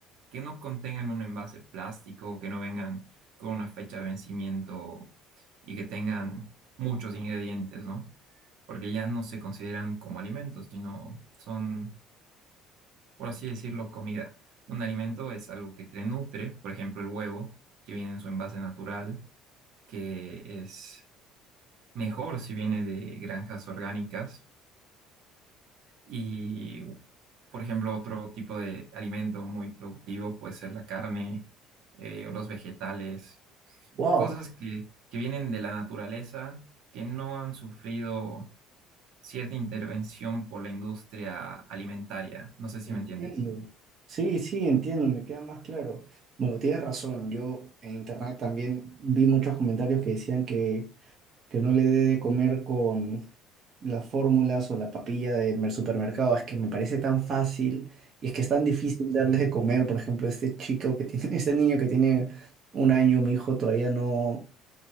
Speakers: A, on the right (about 65°); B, on the right (about 40°).
A: que no contengan un envase plástico, que no vengan con una fecha de vencimiento y que tengan muchos ingredientes, ¿no? Porque ya no se consideran como alimentos, sino son, por así decirlo, comida. Un alimento es algo que te nutre, por ejemplo, el huevo, que viene en su envase natural, que es mejor si viene de granjas orgánicas Y, por ejemplo, otro tipo de alimento muy productivo puede ser la carne eh, o los vegetales,
B: Wow,
A: cosas que, que vienen de la naturaleza, que no han sufrido cierta intervención por la industria alimentaria. No sé si
B: entiendo.
A: me entiendes.
B: Sí, sí, entiendo, me queda más claro. Bueno, tienes razón, yo en internet también vi muchos comentarios que decían que, que no le dé de comer con las fórmulas o la papilla del mer- supermercado, es que me parece tan fácil y es que es tan difícil darles de comer, por ejemplo, este chico que tiene, <laughs> este niño que tiene un año, mi hijo todavía no